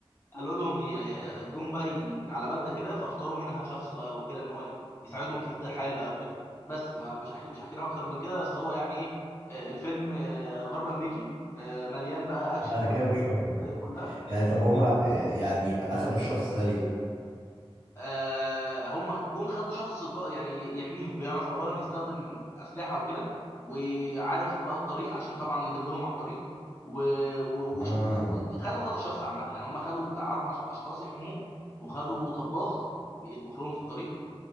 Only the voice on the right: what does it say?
لا انا
كده مش فاهم حاجه بقى
يعني طب هما إيه، يعني اخدوا الشخص ده ليه
اه